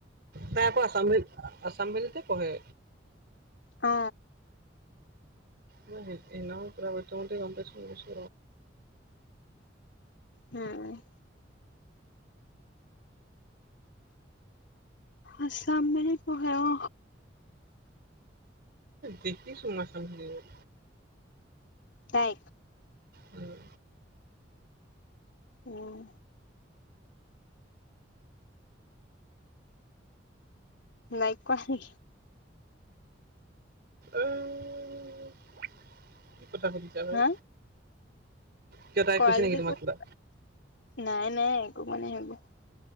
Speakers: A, on the right (about 60°); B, on the left (about 70°).
A: তাই আকৌ আছাম ভেলিত আছাম ভেলিতে পঢ়ে।
B: অ
A: ন হে সেইদিনা খন কবা কৈ থাকোঁতে গম পাইছোঁ। <unintelligible>
B: উম আসাম মানে পঢ়াও
A: দেখিছো মা <unintelligible>
B: তাই
A: উম
B: উম নাই কোৱা সি
A: আহ কি কথা সুনিছা ভাই
B: হা
A: কিয় তাই
B: কৰা
A: কৈছে
B: যদি
A: নেকি তোমাক
B: কৰিবা।
A: কিবা?
B: নাই নাই একো মানে এইবোৰ।